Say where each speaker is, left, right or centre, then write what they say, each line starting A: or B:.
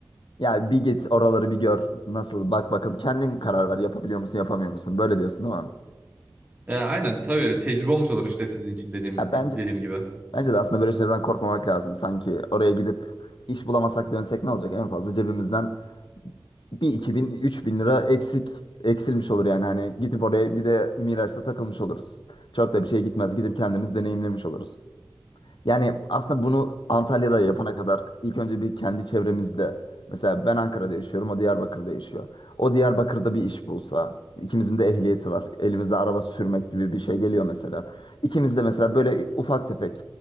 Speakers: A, on the left; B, on the right.
A: Yani bir git oraları bir gör. Nasıl? Bak bakalım kendin karar ver. Yapabiliyor musun, yapamıyor musun? Böyle diyorsun değil mi?
B: E, aynen tabii tecrübe olmuş olur işte sizin için dediğim
A: Ya
B: dediğim
A: bence
B: gibi.
A: bence de aslında böyle şeylerden korkmamak lazım. Sanki oraya gidip iş bulamasak dönsek ne olacak? En fazla cebimizden bir iki bin üç bin lira eksik eksilmiş olur yani hani gidip oraya bir de Miraç'ta takılmış oluruz. Çok da bir şey gitmez. Gidip kendimiz deneyimlemiş oluruz. Yani aslında bunu Antalya'da yapana kadar ilk önce bir kendi çevremizde. Mesela ben Ankara'da yaşıyorum, o Diyarbakır'da yaşıyor. O Diyarbakır'da bir iş bulsa, ikimizin de ehliyeti var. Elimizde araba sürmek gibi bir şey geliyor mesela. İkimiz de mesela böyle ufak tefek